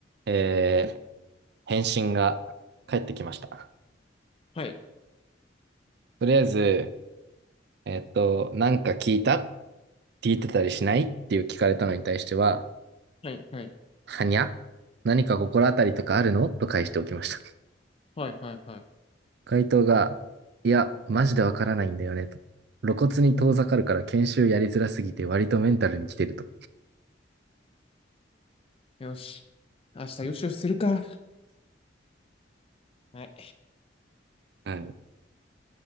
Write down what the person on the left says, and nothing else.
はい。
はい。はい。
はい。はい。はい。
よし。明日よしよしするか。はい。